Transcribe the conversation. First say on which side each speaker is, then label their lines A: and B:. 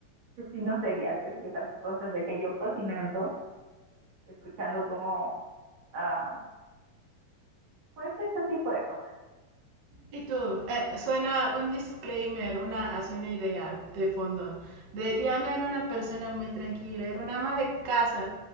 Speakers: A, on the right; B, on the right.
A: asesinos seriales y esas cosas de que yo cocinando escuchando como, ah, pues ese tipo de cosas,
B: Y tú, eh, suena un disclaimer, una, así una idea de fondo. De Diana era una persona muy tranquila, era una ama de casa.